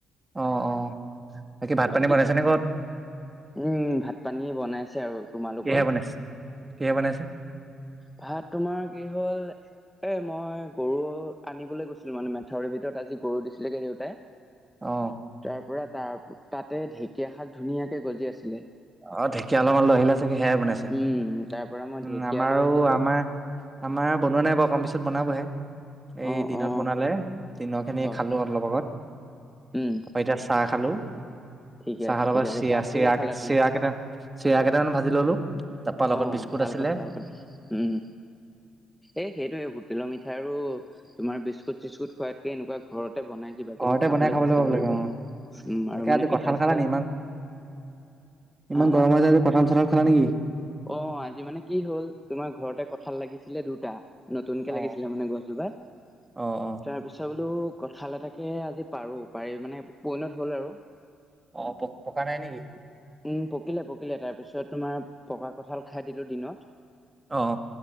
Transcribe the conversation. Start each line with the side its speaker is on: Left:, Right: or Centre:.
Right: অ অ ভাত
Centre: বাকী,
Right: পানী বনাইছে নে ঘৰত?
Centre: উম ভাত পানী বনাইছে আৰু, তোমালোকৰ?
Right: কিহে বনাইছে কিহে বনাইছে
Centre: ভাত তোমাৰ কি হ'ল এ মই গৰু আনিবলৈ গৈছিলো মানে মেথাউৰিৰ ভিতৰত আজি গৰু দিছিলেগে দেউতাই।
Right: অ
Centre: তাৰ পৰা তাৰ তাতে ঢেকীয়া শাক ধুনীয়াকে গজি আছিলে।
Right: অ ঢেকীয়া অলপমান লহিলা চাগে সেয়াই বনাইছে,
Centre: উম তাৰ পৰা মই
Right: উম
Centre: ঢেকীয়া
Right: আমাৰো
Centre: লৈ আহিলো
Right: আমাৰ আমাৰ বনোৱা নাই বাৰু অকমান পিছত বনাবহে। এই
Centre: অ
Right: দিনত
Centre: অ
Right: বনালে দিনৰ খিনি
Centre: হয়
Right: খালো অলপ আগত।
Centre: উম,
Right: অ এতিয়া চাহ খালো।
Centre: ঠিকে
Right: চাহৰ
Centre: আছে
Right: লগত
Centre: ঠিকে আছে
Right: চিৰা
Centre: চাহ
Right: চিৰা
Centre: কিহে খালা তুমি?
Right: চিৰা কেইটা চিৰা কেইটামান ভাজি ললো। তাৰপা লগত
Centre: অঁ
Right: বিস্কুট
Centre: ভাল
Right: আছিলে
Centre: কথা ভাল কথা। উম। এই সেইটোৱে হোটেলৰ মিঠাই আৰু তোমাৰ বিস্কুট চিস্কুট খোৱাতকে এনেকুৱা ঘৰত তে বনাই কিবা
Right: ঘৰতে
Centre: কিবি খাবলৈ
Right: বনাই
Centre: চেষ্টা
Right: পাব
Centre: কৰিব
Right: অ
Centre: লাগে। উম
Right: তাকে
Centre: আৰু মানে
Right: আজি কঁঠাল
Centre: পিঠা
Right: খালা
Centre: চিঠা।
Right: নি
Centre: হা
Right: ইমান গৰম হৈ যাৱ যে কঁঠাল চঠাল খালা নেকি?
Centre: অঁ আজি মানে কি হ'ল তোমাৰ ঘৰতে কঁঠাল লাগিছিলে দুটা। নতুনকৈ
Right: অ
Centre: লাগিছিলে মানে গছজোপাত।
Right: অ অ
Centre: তাৰপিছত বোলো কঁঠাল এটাকে আজি পাৰো। পাৰি মানে পৰিণত হল আৰু।
Right: অঁ প পকা নাই নেকি?
Centre: উম, পকিলে পকিলে তাৰপিছত তোমাৰ পকা কঁঠাল খাই দিলো দিনত।
Right: অ